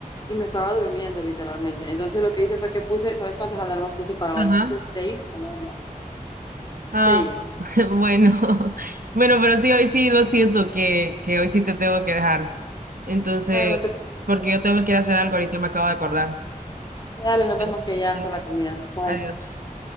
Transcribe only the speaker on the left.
y me estaba durmiendo literalmente. Entonces lo que hice fue que puse, ¿sabes cuántas alarmas puse para
hoy? Puse seis alarmas.
Seis.
Ah, no te...
Dale, nos
vemos que ya
está la comida. Bye.